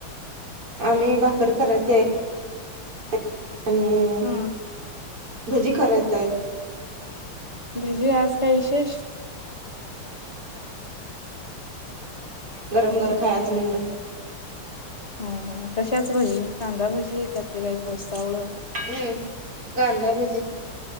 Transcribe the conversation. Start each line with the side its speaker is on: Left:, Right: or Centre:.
Right: आम्ही भाकररकराचे आणि
Left: हा
Right: भजी करायचा आहेत.
Left: भजी आज काय विशेष.
Right: गरम गरम खायचं म्हटलं
Left: हा हा कशाच भजी कांदा भजी का ते काय घोससावळ
Right: हुम्म कांदा भजी